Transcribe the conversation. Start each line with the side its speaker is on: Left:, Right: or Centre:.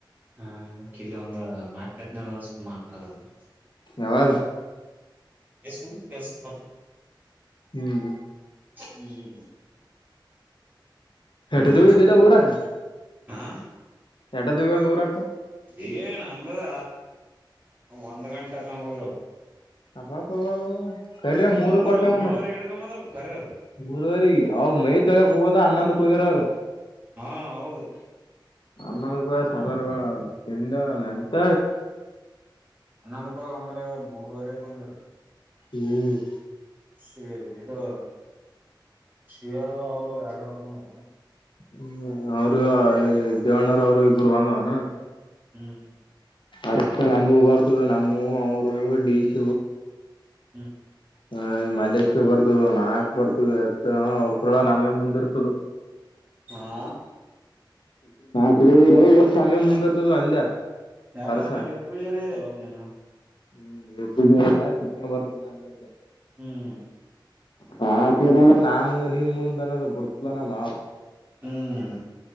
Right: ಹಾ ಕಿಲ್ಲಿ ಒಂದ ಮಾತ ಕಾತ್ನಾಡದ ಸುಮ ಮಾತಾಡತಿ
Left: ಯಾವದು
Right: ಎ ಕೆಸ ಬ
Left: ಹ್ಮ್
Right: ಹ್ಮ್
Left: ಹೆೇಟ
Right: ಹ್ಮ್
Left: ತಿದಲ್ಲ ಊರಾಕ
Right: ಹಾ
Left: ಎಡ ದಗ ದೂರಕ್ಕ
Right: ಏನ್ ಅಂಬದ ಒಂದ್ ಗಂಟ ಕಂಗ ಹೋುದುವು
Left: ಅಬ ಪ ಕರ್ರ ಮೂರ್
Right: ಮೂರು
Left: ಕೊಡ್ಕ
Right: ಮೂರವರೆ
Left: ಬಂದಾರ
Right: ಗಿಡಕಂಬ ಅಂದ್ರ ಕರ್ಯದ
Left: ಮೂರವರಿ ಅವ ಮೈ ತೊಳಕ್ ಹ ಅನ್ನಾಂದು ಪೋಗರರು
Right: ಹಾ ಹೌದು
Left: ಅನ್ನಂದ ಕೂಡ ಸರ್ದಾರ್ಗಳ ತಿಂಡ ನೆಂತ
Right: ಹನ್ನೊಂದಕ್ ಹೋಗಿ ಆಮೇಲೆ ಮೂರವರೆಗ್ ಬಂದ್ರ
Left: ಹ್ಮ್
Right: ಶ ಇದು ಶೀರ ಅವರು ಆಡುಕೊಂಡ ಅ
Left: ್ಮ ಅವರು ದೇವಣ್ಣರ ಅವರು ಇಬ್ಬರು ಬಂದವನ
Right: ಹ್ಮ್
Left: ಅರ್ಸ ನಮ್ಮೂ ಬರ್ತದ ನಮ್ಮೂ ಅವರು ಡಶ
Right: ಹ್ಮ್
Left: ಹ ಮಲೇಶ್ ಬರ್ತದ ನಾಕಕ್ ಬರ್ತದೆ ಎತ್ತ ಅವಕ್ರೊಳ ನಮ್ಯ ಮುಂದಿ ಇರ್ತದ
Right: ಹಾ
Left: ನೀೆ ಮುಂದ ಇರ್ತದ ಅಂದ
Right: ಯಾಕಂದ್ರೆ
Left: ವರ್ಸ
Right: ನೀ ಇರ್ಪೂಜರಿ ಇದೆಲ್ಲೋಪ ನೀನು
Left: ಹ್ಮ್ ಎಪ್ಪ ಇದಲ್ಲ ಚಿಕ್ಕ ಬರ್ತಿದ್ದ ಅಂತಕ್ಕೆ
Right: ಹ್ಮ್
Left: ಹಾ ತ ನಾ ಮುಂದೆ ನಿಮ್ ಮುಂದನದು ಬಿಡ್ತಲ ನ ಮಾವು್
Right: ಹ್ಮ್